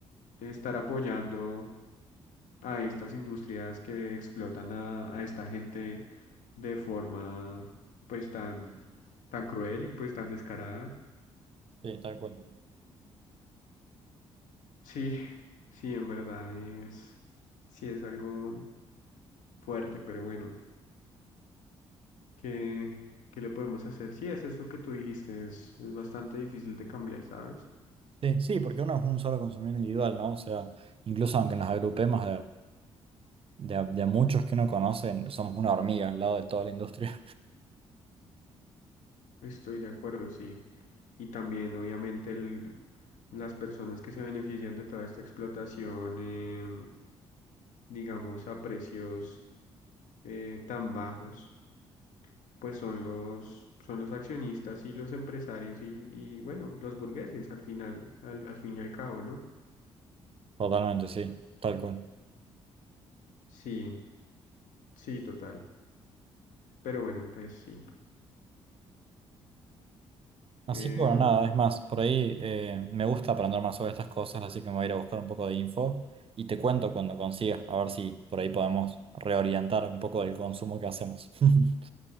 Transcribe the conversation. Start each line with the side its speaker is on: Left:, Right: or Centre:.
Left: estar apoyando a estas industrias que explotan a, a esta gente de forma, pues, tan, tan cruel y pues tan descarada.
Right: Sí, tal cual.
Left: Sí, <laughs> sí, en verdad es, sí es algo. fuerte, pero bueno, ¿qué, qué le podemos hacer? Sí, es eso que tú dijiste, es, es bastante difícil de cambiar, ¿sabes?
Right: Sí, sí, porque uno es un solo consumidor individual, ¿no? O sea, incluso aunque nos agrupemos de, de, a- de a muchos que uno conoce, somos una hormiga al lado de toda la industria.
Left: Estoy de acuerdo, sí. Y también, obviamente, el, las personas que se benefician de toda esta explotación, eh, digamos, a precios eh, tan bajos, pues son los, son los accionistas y los empresarios y, y, bueno, los burgueses al final, al, al fin y al cabo, ¿no?
Right: <laughs> Totalmente, sí, tal cual.
Left: Sí, sí, total. Pero bueno, pues sí.
Right: Así
Left: Em,
Right: que bueno, nada, es más, por ahí eh, me gusta aprender más sobre estas cosas, así que me voy a ir a buscar un poco de info y te cuento cuando consiga, a ver si por ahí podemos reorientar un poco el consumo que hacemos. <laughs>